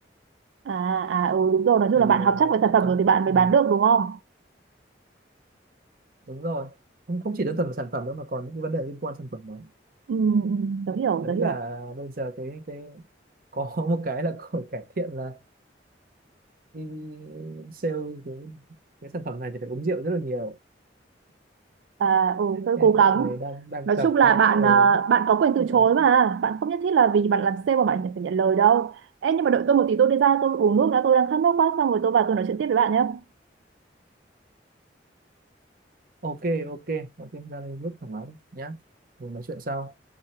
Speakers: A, on the right (about 75°); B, on the right (about 50°).
A: à à ừ đúng rồi nói chung
B: thì
A: là bạn học
B: ờ,
A: chắc về sản phẩm
B: còn
A: rồi thì bạn mới
B: ừ.
A: bán được đúng không
B: đúng rồi không, không chỉ đơn thuần là sản phẩm đâu mà còn những cái vấn đề liên quan sản phẩm đó
A: ừ, ừ, tớ hiểu
B: đấy
A: tớ hiểu
B: là bây giờ cái cái có <laughs> một cái là có cải thiện là đi sale cái, cái sản phẩm này thì phải uống rượu rất là nhiều
A: à ừ tớ
B: nên
A: cố gắng
B: dạo này đang đang
A: nói
B: tập
A: chung là
B: nhưng
A: bạn
B: ừ,
A: à, bạn có quyền từ
B: nhưng
A: chối
B: mà
A: mà bạn không nhất thiết là vì bạn làm sale mà bạn phải nhận lời đâu Ê, nhưng mà đợi tôi một tí tôi đi ra tôi uống nước đã tôi đang khát nước quá xong rồi tôi vào tôi nói chuyện tiếp với bạn nhé
B: ok ok ok ra đây rất thoải mái nhá mình nói chuyện sau